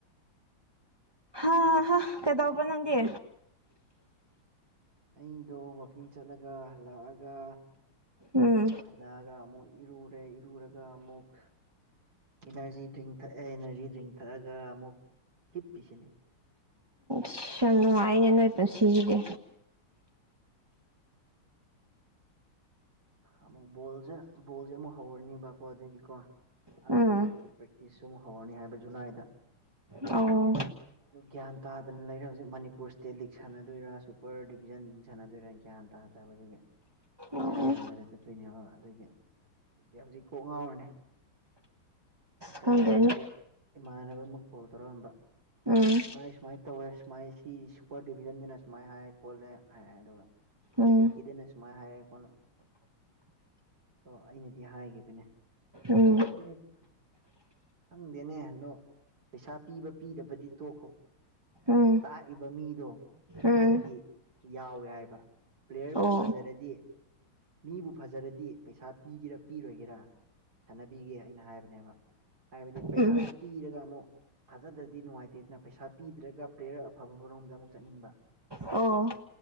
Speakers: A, on the right; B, on the right.
A: ꯍꯥꯥ ꯍꯥ ꯀꯗꯕ ꯅꯒꯤ
B: ꯑꯩꯗꯣ ꯋꯥꯛꯀꯤꯡ ꯆꯠꯂꯒ ꯂꯥꯛꯑꯒ
A: ꯎꯝ
B: ꯍꯜꯂꯛꯑꯒ ꯑꯃꯨꯛ ꯏꯔꯨꯔꯦ ꯏꯔꯨꯔꯒ ꯑꯃꯨꯛ ꯏꯅꯔꯖꯤ ꯗ꯭ꯔꯤꯡ ꯊꯛꯑꯦ ꯏꯅꯔꯖꯤ ꯗ꯭ꯡ ꯊꯛꯑꯒ ꯑꯃꯨꯛ ꯍꯤꯞꯄꯤꯁꯤꯅꯤ
A: ꯑꯁ ꯌꯥꯝ ꯅꯨꯡꯉꯥꯏꯅꯦ ꯅꯣꯏ ꯄꯨꯟꯁꯤꯒꯤꯗꯤ
B: ꯑꯃꯨꯛ ꯕꯣꯜꯁꯦ ꯕꯣꯜꯁꯦ ꯑꯃꯨꯛ ꯍꯧꯔꯅꯤꯕꯀꯣ ꯑꯗꯨꯗꯒꯤꯀꯣ ꯑꯥꯒꯁꯇꯒꯤ
A: ꯎꯝ
B: ꯑꯗꯨ ꯄ꯭ꯔꯦꯛꯇꯤꯁꯁꯨ ꯑꯃ ꯍꯧꯔꯅꯤ ꯍꯥꯏꯕ ꯖꯨꯂꯥꯏꯗ
A: ꯑꯣ
B: ꯑꯗꯨ ꯒ꯭ꯌꯥꯟ ꯇꯥꯗꯅ ꯂꯩꯔꯦ ꯍꯧꯖꯤꯛ ꯃꯅꯤꯄꯨꯔ ꯏꯁꯇꯦꯠ ꯂꯤꯛ ꯁꯥꯟꯅꯗꯣꯏꯔꯥ ꯁꯨꯄꯔ ꯗꯤꯕꯤꯖꯟ ꯁꯥꯟꯅꯗꯣꯏꯔꯥ ꯌꯥ ꯒ꯭ꯌꯥꯟ ꯇꯥꯗ꯭ꯔꯦꯕ ꯑꯗꯨꯒꯤ ꯄꯩꯁꯥ
A: ꯑꯣ
B: ꯌꯥꯝꯕꯗ ꯆꯠꯇꯣꯏꯅꯦꯕ ꯑꯗꯨꯒꯤ ꯑꯗꯒꯤ ꯍꯧꯖꯤꯛ ꯀꯣꯛ ꯉꯥꯎꯔꯅꯦ ꯉꯁꯥꯏ
A: ꯈꯪꯗꯦꯅꯦ
B: ꯏꯃꯥꯟꯅꯕ ꯏꯃꯥꯟꯅꯕ ꯑꯃ ꯀꯣꯜ ꯇꯧꯔꯛꯑꯝꯕ
A: ꯎꯝ
B: ꯚꯥꯏ ꯁꯨꯃꯥꯏꯅ ꯇꯧꯋꯦ ꯁꯨꯃꯥꯏ ꯁꯤ ꯁꯨꯄꯔ ꯗꯤꯚꯖꯟꯗꯅ ꯁꯨꯃꯥꯏꯅ ꯍꯥꯏ ꯈꯣꯠꯂꯦ ꯍꯥꯏꯔꯑꯦ ꯑꯗꯨꯒ ꯁꯤ
A: ꯎꯝ
B: ꯂꯈꯤꯗꯅ ꯁ ꯃꯥꯥꯏ ꯍꯥꯏꯔ ꯑꯩꯈꯣꯟꯅ ꯑꯣ ꯑꯩꯅꯗꯤ ꯍꯥꯏꯈꯤꯕꯅꯦ ꯑꯩꯈꯣꯏ
A: ꯎꯝ
B: ꯈꯪꯗꯦꯅꯦ ꯑ ꯅꯣ ꯄꯩꯁꯥ ꯄꯤꯕ ꯄꯤꯗꯕꯗꯤ ꯇꯣꯛꯈꯣ
A: ꯎꯝ
B: ꯇꯥꯛꯏꯕ ꯃꯤꯗꯣ
A: ꯎꯝ
B: ꯐꯔꯗꯤ ꯌꯥꯎꯋꯦ ꯍꯥꯏꯕ ꯄ꯭ꯂꯦꯌꯔꯕꯨ
A: ꯑꯣ
B: ꯐꯖꯔꯗꯤ ꯃꯤꯕꯨ ꯐꯖꯔꯗꯤ ꯄꯩꯁꯥ ꯄꯤꯒꯦꯔꯥ ꯄꯤꯔꯣꯏꯒꯦꯔꯥ ꯁꯥꯟꯅꯕꯤꯒꯦ ꯑꯩꯅ ꯍꯥꯏꯕꯅꯦꯕ ꯍꯥꯏꯕꯗꯤ ꯄꯩꯁꯥꯁꯨ
A: ꯎꯝ
B: ꯄꯤꯔꯒ ꯑꯃꯨꯛ ꯐꯥꯖꯗ꯭ꯔꯗꯤ ꯅꯨꯡꯉꯥꯏꯇꯦ ꯑꯗꯨꯅ ꯄꯩꯁꯥ ꯄꯤꯗ꯭ꯔꯒ ꯄ꯭ꯂꯦꯌꯔ ꯑꯐꯕꯔꯣꯝꯗ ꯑꯃꯨꯛ ꯆꯠꯅꯤꯡꯕ
A: ꯑꯣ